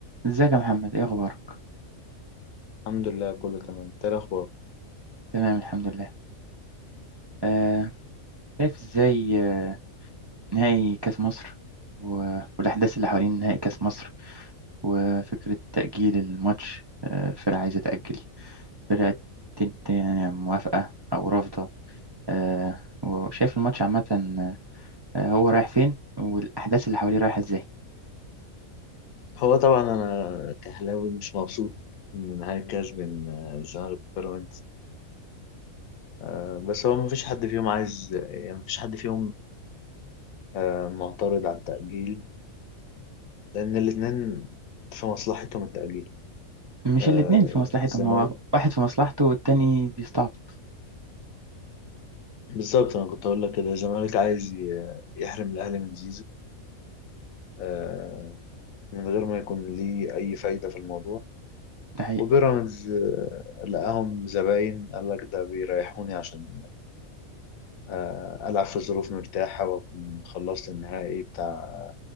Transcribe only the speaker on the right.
ازيك يا محمد ايه اخبارك
تمام الحمد لله آه، شايف ازاي آه، نهائي كاس مصر و- والاحداث اللي حوالين نهائي كاس مصر وفكره تاجيل الماتش آه، فرقه عايزه تاجل فرقه تنت يعني موافقه او رافضه آه، وشايف الماتش عامه آه، هو رايح فين والاحداث اللي حواليه رايحه ازاي
مش
الاتنين في مصلحتهم
هو واحد في مصلحته والتاني بيستعبط
ده حقيقي